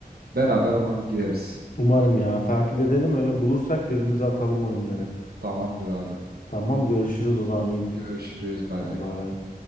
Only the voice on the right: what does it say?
beraber ona bir gireriz.
Tamamdır abi.
Görüşürüz. Bay
bay.